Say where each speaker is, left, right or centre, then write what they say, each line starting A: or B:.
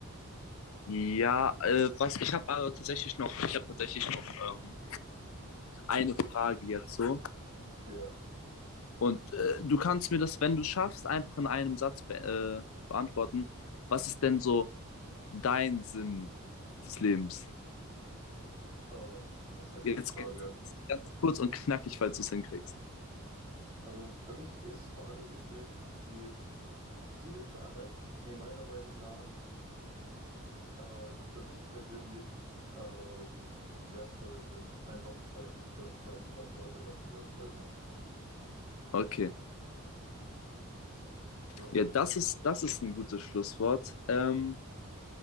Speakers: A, on the left; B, on the right.
A: Ja, äh, was ich habe aber tatsächlich noch, ich habe tatsächlich noch ähm, eine Frage jetzt so.
B: Ja,
A: Und äh, du kannst mir das, wenn du schaffst, einfach in einem Satz be äh, beantworten. Was ist denn so dein Sinn des Lebens?
B: ah, das ist eine gute
A: Jetzt
B: Frage.
A: geht's ganz kurz und knackig, falls du es hinkriegst.
B: Also für mich ist vor allem wichtig, die Ziele zu erreichen, die meiner Meinung nach, äh, die für mich persönlich äh, wertvoll sind, einfach weil ich das, weil ich dran glaube, dass sie wertvoll sind.
A: Okay.
B: Jo,
A: Ja, das ist, das ist ein gutes Schlusswort. Ähm,